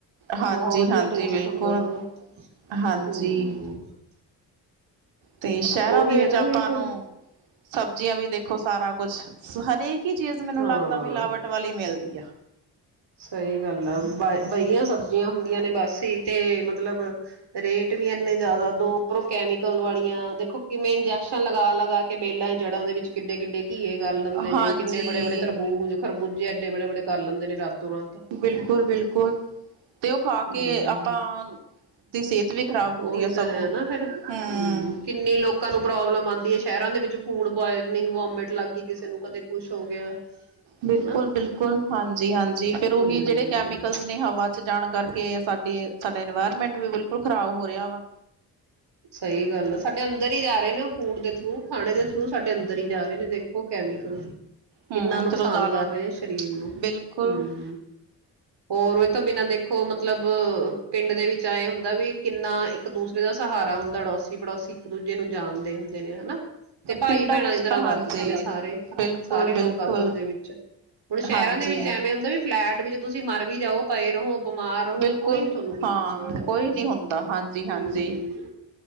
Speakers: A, on the right; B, on the right.
A: ਹਾਂਜੀ
B: ਬਹੁਤ ਵਧੀਆ
A: ਹਾਂਜੀ
B: ਟੇਸਟ
A: ਬਿਲਕੁਲ
B: ਹੁੰਦਾ ਉਹਨਾ ਦਾ,
A: ਹਾਂਜੀ
B: ਹਮ।
A: ਤੇ ਸ਼ਹਿਰਾਂ
B: ਉਹੀ
A: ਦੇ ਵਿੱਚ
B: ਹੈ ਨਾ
A: ਆਪਾਂ
B: ਵੀ ਫਿਰ
A: ਨੂੰ ਸਬਜ਼ੀਆਂ ਵੀ ਦੇਖੋ ਸਾਰਾ ਕੁਛ ਹਰੇਕ, ਇੱਕ ਹੀ ਚੀਜ਼ ਮੈਨੂੰ
B: ਹਾਂ
A: ਲੱਗਦਾ, ਮਿਲਾਵਟ ਵਾਲੀ ਮਿਲਦੀ ਆ।
B: ਸਹੀ ਗੱਲ ਆ ਵਹੀਆ ਸਬਜ਼ੀਆਂ ਹੁੰਦੀਆਂ ਨੇ ਬਸ ਹੀ ਤੇ ਮਤਲਬ ਰੇਟ ਵੀ ਇੰਨੇ ਜ਼ਿਆਦਾ ਦੋ ਉਪਰੋ ਕੈਮੀਕਲ ਵਾਲੀਆਂ ਦੇਖੋ ਕਿਵੇਂ ਲਗਾ ਲਾ, ਕੇ ਬੇਲਾਂ ਹੀ ਜੜ੍ਹਾਂ ਦੇ ਵਿੱਚ ਕਿੱਡੇ ਕਿੱਡੇ ਘੀਏ ਕਰ ਲੈਂਦੇ ਨੇ
A: ਹਾਂਜੀ
B: ਕਿੰਨੇ ਬੜੇ-ਬੜੇ ਤਰਬੂਜ, ਖਰਬੂਜੇ ਐਡੇ ਬੜੇ'ਬੜੇ ਕਰ ਲੈਂਦੇ ਨੇ ਰਾਤ
A: ਬਿਲਕੁਲ-ਬਿਲਕੁਲ ਤੇ ਉਹ ਖਾ
B: ਹਮ
A: ਕੇ ਆਪਾਂ ਦੀ ਸਿਹਤ ਵੀ ਖਰਾਬ ਹੁੰਦੀ
B: ਉਹੀ
A: ਐ, ਸਗੋਂ
B: ਤਾਂ ਹੈ ਨਾ ਫੇਰ
A: ਹਮ
B: ਕਿੰਨੀ ਲੋਕਾਂ ਨੂੰ ਪ੍ਰੋਬਲਮ ਆਉਂਦੀ ਹੈ ਸ਼ਹਿਰਾਂ ਦੇ ਵਿੱਚ ਫੂਡ ਪੁਆਇਜ਼ਨਿੰਗ ਵੋਮਿਟ ਲੱਗ ਗਈ ਕਿਸੇ ਨੂੰ ਕਦੇ ਕੁਛ ਹੋ ਗਿਆ
A: ਬਿਲਕੁਲ-ਬਿਲਕੁਲ
B: ਹਨਾ
A: ਹਾਂਜੀ-ਹਾਂਜੀ। ਫੇਰ ਉਹੀ
B: ਹਮ
A: ਜਿਹੜੇ ਕੈਮੀਕਲ ਨੇ ਹਵਾ ਜਾਣ ਕਰਕੇ ਸਾਡੀ ਸਾਡਾ ਇਨਵਾਇਰਮੈਂਟ ਵੀ ਬਿਲਕੁਲ ਖ਼ਰਾਬ ਹੋ ਰਿਹਾ ਵਾ।
B: ਸਹੀ ਗੱਲ ਆ ਸਾਡੇ ਅੰਦਰ ਹੀ ਜਾ ਰਹੇ ਨੇ ਉਹ ਫੂਡ ਦੇ ਥਰੂ ਖਾਣੇ ਦੇ ਥਰੂ ਸਾਡੇ ਅੰਦਰ ਹੀ ਜਾ ਰਹੇ ਨੇ ਦੇਖੋ ਕੈਮੀਕਲ, ਕਿੰਨਾ
A: ਹੂੰ ਜਦੋਂ
B: ਨੁਕਸਾਨ
A: ਦਾਲਾਂ
B: ਕਰ ਰਹੇ ਆ ਸਰੀਰ ਨੂੰ ਹੂੰ।
A: ਬਿਲਕੁਲ
B: ਹੋਰ ਇਹ ਤੋਂ ਬਿਨਾਂ ਦੇਖੋ ਮਤਲਬ ਪਿੰਡ ਦੇ ਵਿੱਚ ਏ ਹੁੰ ਵੀ ਕਿੰਨਾ ਇੱਕ ਦੂਸਰੇ ਦੂਰੇ ਦਾ ਸਹਾਰਾ ਹੁੰਦਾ ਅੜੋਸੀ-ਪੜੋਸੀ ਇੱਕ ਦੂਜੇ ਨੂੰ ਜਾਣਦੇ ਹੁੰਦੇ ਨੇ ਹਨਾ, ਤੇ ਭਾਈ
A: ਪਿੰਡਾਂ
B: ਭੈਣਾਂ
A: ਵਿੱਚ
B: ਦੀ ਤਰ੍ਹਾਂ
A: ਤਾਂ
B: ਵਰਤਦੇ
A: ਹਾਂਜੀ
B: ਨੇ ਸਾਰੇ-ਸਾਰੇ
A: ਬਿਲਕੁਲ-ਬਿਲਕੁਲ
B: ਲੋਕ ਆਪਸ ਦੇ ਵਿੱਚ, ਹੁਣ ਸ਼ਹਿਰਾਂ
A: ਹਾਂਜੀ
B: ਦੇ ਵਿੱਚ ਐਵੇਂ ਹੁੰਦਾ ਵੀ ਫਲੈਟ ਵਿੱਚ ਤੁਸੀਂ ਮਰ ਵੀ ਜਾਓ। ਪਏ ਰਹੋ। ਬਿਮਾਰ ਹੋ
A: ਬਿਲਕੁਲ
B: ਕੋਈ ਨੀ ਤੁਹਾਨੂੰ ਕੁੱਛ
A: ਹਾਂ
B: ਪੁੱਛਦਾ ਹੈਗਾ।
A: ਕੋਈ ਨੀ ਹੁੰਦਾ ਹਾਂਜੀ-ਹਾਂਜੀ
B: ਹਮ